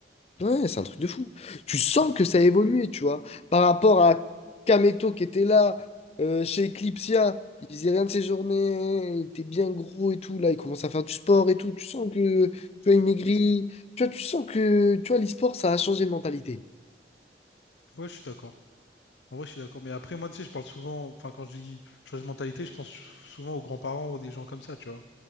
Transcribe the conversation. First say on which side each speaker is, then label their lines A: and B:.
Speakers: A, on the left; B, on the left.
A: Ouais, c'est un truc de fou. Tu sens que ça a évolué, tu vois. Par rapport à Kameto qui était là, euh, chez Eclipsia, il faisait rien de ses journées, il était bien gros et tout. Là, il commence à faire du sport et tout. Tu sens que, tu vois, il maigrit. Tu vois, tu sens que, tu vois, l'e-sport, ça a changé de mentalité.
B: Ouais, je suis d'accord. En vrai, je suis d'accord. Mais après, moi, tu sais, je parle souvent, enfin, quand je dis chose de mentalité, je pense souvent aux grands-parents ou des gens comme ça, tu vois.